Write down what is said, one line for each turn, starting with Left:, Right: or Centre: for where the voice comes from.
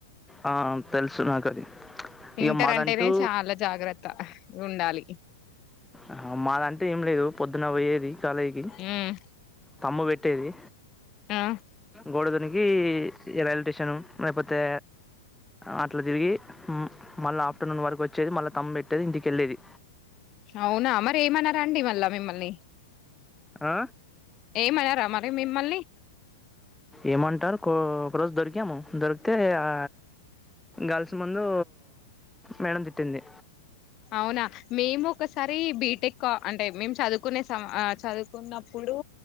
Centre: ఆ తెలుసు నాకు అది ఇక
Left: ఇంటర్
Centre: మాదంటూ
Left: అంటేనే చాలా జాగ్రత్త ఉండాలి
Centre: ఆ మాదంటే ఏం లేదు పొ పొద్దున వొయ్యేది చాలేగి
Left: మ్మ్
Centre: తంబ్ పెట్టేది
Left: ఆ
Centre: గోడ దూనికి రైల్ టేష్ చానం లేపోతే అట్లా తిరిగి మళ్ళ ఆఫ్టర్నూన్ వరకు వచ్చేది మళ్ళా తంబ్ పెట్టేది ఇంటికెళ్ళేది
Left: అవునా మరి ఏమనరా అండి వాళ్ళా మిమ్మల్ని
Centre: ఆ
Left: ఏం అనరా మరి మిమ్మల్
Centre: ఏం అంటారు కో ఒకరోజు దొరికాము దొరికితే ఆ గర్ల్స్ ముందు మేడం తిట్టింది
Left: అవునా మేం ఒకసారి బీ టెక్కా అంటే మేము చదువుకునే సం ఆ చదువుకున్న చూడు